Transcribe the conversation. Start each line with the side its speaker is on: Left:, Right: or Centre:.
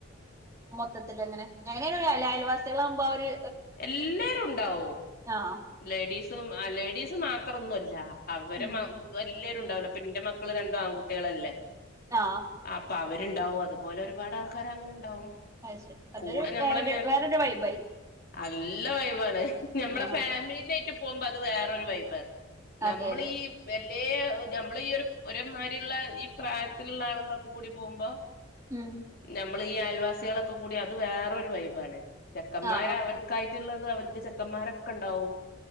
Right: മൊത്തത്തിൽ അങ്ങനെ <unintelligible> അയൽവാസിയോളാവുമ്പോ അവര്
Left: എല്ലാരും ഇണ്ടാവും
Right: ആഹ്
Left: ലേഡീസും ആ ലേഡീസ് മാ അത്രൊന്നുല്ലാ. അവരെ
Right: ഉം
Left: മ വല്ല്യയരു ഉണ്ടാവല് പ്പം ഇന്റെ മക്കൾ രണ്ടും ആൺകുട്ടിയേളല്ലേ
Right: ആഹ്
Left: അപ്പ അവ രുണ്ടാവും അതുപോലെ ഒരുപാട് ആൾക്കാര് അങ്ങനെ ഉണ്ടാവും.
Right: അത് ശരി. അത്
Left: കൂടെ ഞമ്മളെ
Right: വേറൊര് വേറൊര് വൈബായിരിക്കും.
Left: നല്ല വൈവാണ് ഞമ്മള
Right: ആ
Left: ഫാമിലിനെറ്റ് പോകുമ്പ അത് വേറൊരു വൈബാണ്
Right: അതെ
Left: നമ്മളീ
Right: അതെ
Left: വെ <unintelligible> നമ്മളി ഒരു ഒരെമാരിള്ള ഈ പ്രായത്തില്ള്ള ആളുകളൊക്കെ കൂടി പോകുമ്പോ
Right: ഉം
Left: ന മ്മളി അയൽവാസികളൊക്കെ കൂടി അത് വേറൊരു വൈബാണ് ചെക്കന്മാര്
Right: ആ
Left: അവർക്കായി ട്ട് ള്ളത് അവര്ക്ക് ചെക്കന്മാരെ ക്കെണ്ടാവും